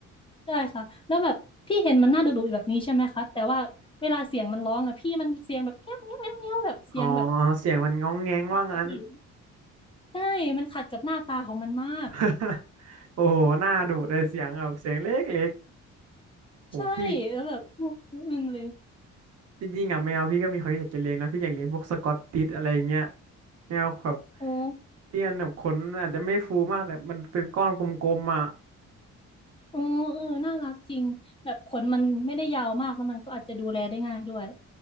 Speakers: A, on the left (about 15°); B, on the right (about 55°).
A: ใช่ค่ะแล้วแบบพี่เห็นมันน่าดุดุแบบนี้ใช่ไหมคะแต่ว่าเวลาเสียงมันร้องอ่ะพี่มันเสียงแบบแง้วแง้วแง้วแง้วแบบเสียงแบบ
B: อ๋อเสียงมันง้องแง้งว่างั้น
A: มากกว่าพี่ ใช่มันขัดกับหน้าตาของมันมาก
B: <laughs> โอ้โหหน้าดุเลยเสียงแบบเสียงเล็กๆโอ้พี่
A: ใช่แล้วแบบอึ้งเลย
B: จริงๆอ่ะแมวพี่ก็มีความคิดอยากจะเลี้ยงนะพี่อยากเลี้ยงพวกสกอตติชอะไรเงี้ยแมวแบบ
A: โอ้
B: พี่อันแบบขนอาจจะไม่ฟูมากแต่มันเป็นก้อนกลมๆอ่ะ
A: โอ้เออน่ารักจริงแบบขนมันไม่ได้ยาวมากแล้วมันก็อาจจะดูแลได้ง่ายด้วย